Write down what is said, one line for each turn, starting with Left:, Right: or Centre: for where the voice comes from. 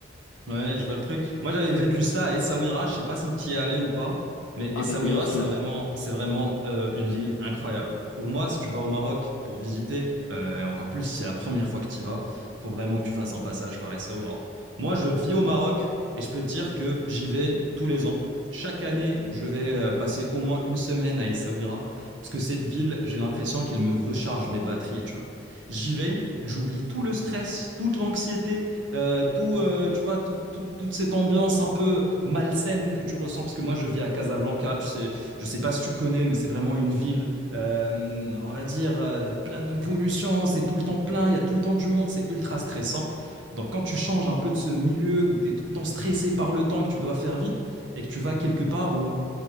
Right: Ouais, je vois le truc. Moi, j'avais vécu ça à Essaouira. Je sais pas si tu y es allé ou pas, mais
Left: Ah
Right: Essaouira,
Left: bah bien sûr.
Right: c'est vraiment, c'est vraiment euh, une ville incroyable. Pour moi, si tu vas au Maroc pour visiter, euh, et encore plus si c'est la première fois que tu y vas, faut vraiment que tu fasses un passage par Essaouira. Moi, je vis au Maroc et je peux te dire que j'y vais tous les ans. Chaque année, je vais euh, passer au moins une semaine à Essaouira parce que cette ville, j'ai l'impression qu'elle me recharge mes batteries, tu vois. J'y vais, j'oublie tout le stress, toute l'anxiété euh, tout, euh, tu vois, tout- tout- toute cette ambiance un peu malsaine que tu ressens, parce que moi je vis à Casablanca, tu sais, je sais pas si tu connais, mais c'est vraiment une ville, euh, on va dire, euh, pleine de pollution, c'est tout le temps plein, il y a tout le temps du monde, c'est ultra stressant. Donc quand tu changes un peu de ce milieu où tu es tout le temps stressé par le temps et que tu dois faire vite, et que tu vas quelque part où